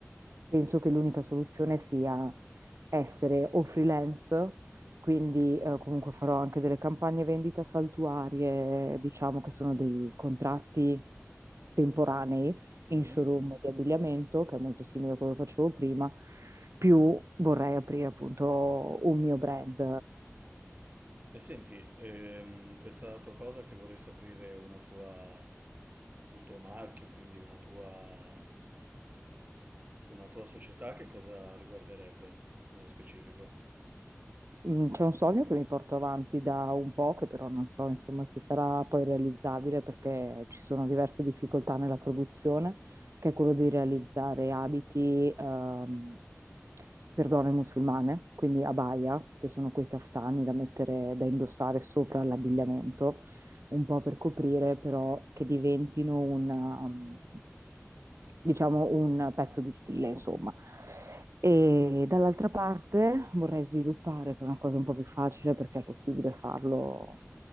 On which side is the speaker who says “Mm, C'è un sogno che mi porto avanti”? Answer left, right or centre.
Right